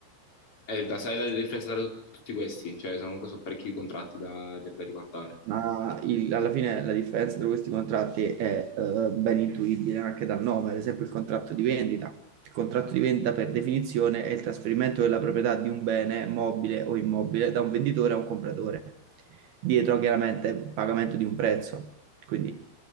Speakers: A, on the left; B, on the right.
A: Eh, da, sai la differenza tra tut- tutti questi? Cioè, sono comunque sono parecchi contratti da, da riguardare.
B: ma il- alla fine la differenza tra questi contratti è eh, ben intuibile anche dal nome, ad esempio il contratto di vendita. Il contratto di vendita per definizione è il trasferimento della proprietà di un bene mobile o immobile da un venditore a un compratore, dietro chiaramente pagamento di un prezzo, quindi